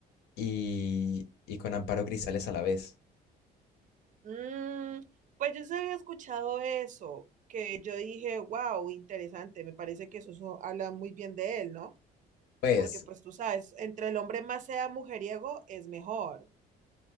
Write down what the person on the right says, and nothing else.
Mm, pues yo se había escuchado eso, que yo dije, wow, interesante, me parece que eso so- habla muy bien de él, ¿no?
Porque pues tú sabes, entre el hombre más sea mujeriego es mejor.